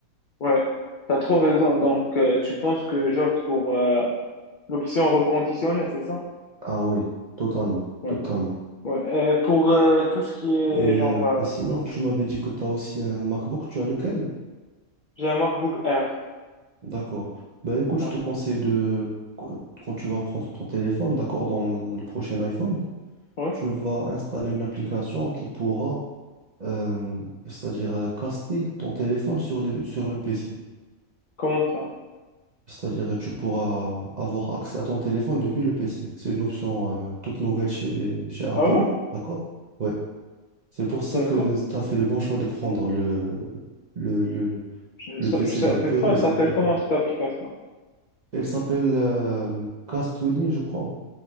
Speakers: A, on the left; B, on the right.
A: ouais, t'as trop raison. Donc, euh, tu penses que j'opte pour euh, l'option reconditionnée, c'est ça?
B: Ah oui, totalement,
A: Ouais,
B: totalement.
A: ouais. Et pour euh, tout ce qui est,
B: Et
A: genre,
B: euh,
A: euh,
B: bah, sinon, tu m'avais dit que tu as aussi un MacBook, tu as lequel?
A: j'ai un MacBook Air.
B: D'accord. Bah écoute,
A: Ouais,
B: je te conseille de, quand tu vas prendre ton téléphone, d'accord, dans le prochain iPhone,
A: ouais,
B: tu vas installer une application qui pourra, euh, c'est-à-dire euh, caster ton téléphone sur le, sur le PC.
A: comment ça?
B: C'est-à-dire euh, tu pourras avoir accès à ton téléphone depuis le PC. C'est une option euh, toute nouvelle chez, chez Apple,
A: Ah ouais?
B: d'accord? Ouais. C'est pour ça
A: D'accord.
B: que tu as fait le bon choix de prendre le, le, le, le-
A: Je,
B: le
A: sa-
B: PC
A: je savais
B: d'Apple
A: pas, elle
B: et
A: s'appelle
B: le téléphone.
A: comment cette application?
B: Elle s'appelle euh, Cast With Me, je crois.